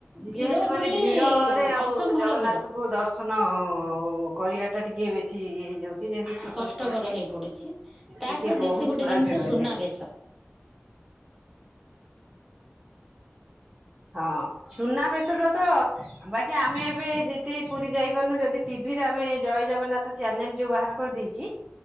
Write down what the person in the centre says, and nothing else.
ଭିଡ
ବୋଲି
ଅସମ୍ଭାଳ
ଭିଡ
କଷ୍ଟକର
ହେଇ ପଡୁଛି। ତାଠାରୁ
ବେଶୀ
ଗୋଟେ
ଜିନିଷ
ସୁନାବେଶ